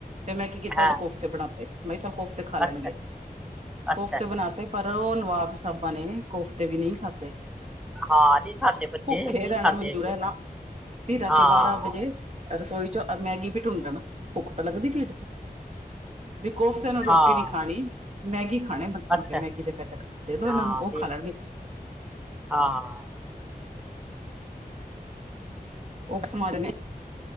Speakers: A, on the right; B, in the centre.
A: ਫਿਰ ਮੈਂ ਕੀ ਕੀਤਾ
B: ਹੈ
A: ਉਹਦੇ ਕੋਫਤੇ ਬਣਾ ਤੇ ਮੈਂ ਕਿਹਾ ਚੱਲ ਕੋਫਤੇ ਖਾ ਲੈਣਗੇ
B: ਅੱਛਾ ਅੱਛਾ
A: ਕੋਫਤੇ ਬਣਾ ਤੇ। ਪਰ ਉਹ ਨਵਾਬ ਸਾਹਬਾ ਨੇ ਕੋਫਤੇ ਵੀ ਨਈ ਖਾਧੇ।
B: ਹਾਂ ਨਹੀਂ ਖਾਂਦੇ ਬੱਚੇ
A: ਭੁੱਖੇ
B: ਨਹੀਂ
A: ਰਹਿਣਾ
B: ਖਾਂਦੇ
A: ਮੰਨਜੂਰ
B: ਹੈਗੇ
A: ਆ ਨਾ ਫੇਰ ਰਾਤੀ
B: ਹਾਂ
A: ਬਾਰਾਂ ਵੱਜੇ। ਰਸੋਈ ਚ ਮੈਗੀ ਵੀ ਟੂੰਡਣ ਭੁੱਖ ਤਾਂ ਲੱਗਦੀ ਢਿੱਡ ਚ। ਵੀ ਕੋਫਤੇ ਨਾਲ ਰੋਟੀ
B: ਹਾਂ
A: ਨੀ ਖਾਣੀ। ਮੈਗੀ ਖਾਣੀ ਬਣਾ
B: ਅੱਛਾ
A: ਕੇ ਮੈਗੀ ਦੇ ਪੈਕਟ ਦੇਦੋ ਇਹਨਾਂ
B: ਹਾਂ
A: ਨੂੰ ਉਹ
B: ਦੇਖੋ
A: ਖਾ ਲੈਣਗੇ।
B: ਹਾਂ।
A: <unintelligible>